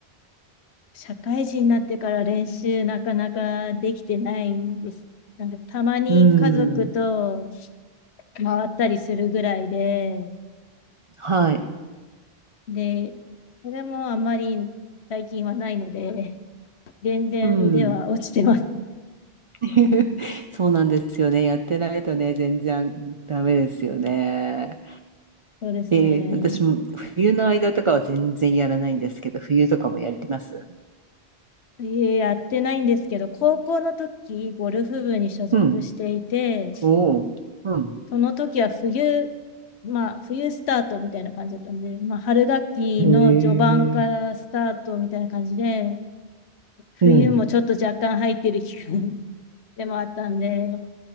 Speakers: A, on the left (about 75°); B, on the right (about 55°).
A: <laughs> 社会人になってから練習なかなかできてないんです。なんかたまに家族と
B: うん。
A: 回ったりするぐらいで、
B: はい。
A: で、それもあんまり最近はないので、全然腕は落ちてます。
B: うん。<laughs> そうなんですよね。やってないとね、全然うんダメですよね。
A: <laughs> そうですね。
B: えー私も冬の間とかは全然やらないんですけど、冬とかもやります。
A: 水泳やってないんですけど、高校の時、ゴルフ部に所属していて、
B: うん。おお。うん。
A: その時は冬、まあ、冬スタートみたいな感じだったんで、まあ、春学期の序盤からスタートみたいな感じで、
B: へえ。
A: 冬もちょっと若干入ってる期間
B: うん。
A: <laughs> でもあったんで、